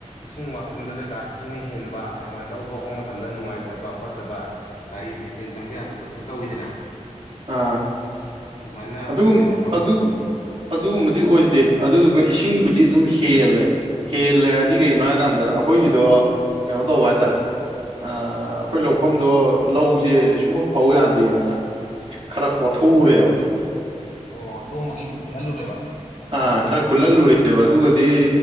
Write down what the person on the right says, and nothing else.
ꯑ
ꯑꯗꯨꯒꯨꯝ
ꯑꯗꯨ
ꯑꯗꯨꯒꯨꯝꯕꯗꯤ ꯑꯣꯏꯗꯦ ꯑꯗꯨꯗꯨꯒ ꯏꯁꯤꯡꯕꯨꯗꯤ ꯑꯗꯨꯝ ꯍꯦꯜꯂꯦ ꯍꯦꯜꯂꯦ ꯍꯥꯏꯗꯤ ꯀꯩꯒꯤꯅꯣ ꯍꯥꯏꯀꯥꯟꯗ ꯑꯩꯈꯣꯏꯒꯤꯗꯣ ꯀꯩꯅꯣ ꯇꯧꯕ ꯍꯥꯏꯇꯥꯔꯦ ꯑꯩꯈꯣꯏ ꯂꯧꯐꯝꯗꯣ ꯂꯧꯁꯦ ꯁꯨꯡꯕ ꯐꯧ ꯌꯥꯗꯦꯅ ꯈꯔ ꯀꯣꯊꯣꯛꯎꯔꯦꯕ
ꯑꯥ ꯈꯔ ꯀꯨꯜꯍꯜꯂꯨꯔꯦꯕ ꯑꯗꯨꯒꯗꯤ